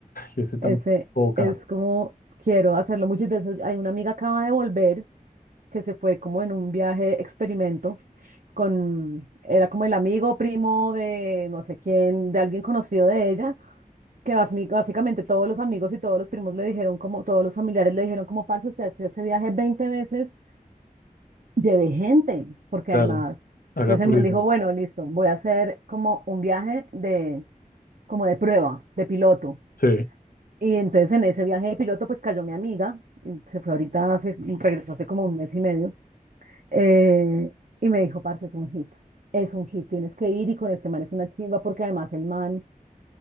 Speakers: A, on the left (about 80°); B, on the right (about 65°).
A: y ese tan
B: Ese
A: poca.
B: es como, quiero hacerlo mucho. y de eso- Hay una amiga acaba de volver, que se fue como en un viaje experimento con, era como el amigo primo de no sé quién, de alguien conocido de ella, que basi- básicamente todos los amigos y todos los primos le dijeron como, todos los familiares le dijeron como, parce, usted ha hecho ese viaje veinte veces llevé gente, porque
A: Claro,
B: además,
A: haga
B: entonces
A: turismo.
B: el man dijo, bueno, listo, voy a hacer como un viaje de, como de prueba, de piloto.
A: Sí,
B: Y entonces en ese viaje de piloto, pues cayó mi amiga, y se fue ahorita, hace, regresó hace como un mes y medio, eh, y me dijo, parce, es un hit, es un hit, tienes que ir y con este man es una chimba, porque además el man,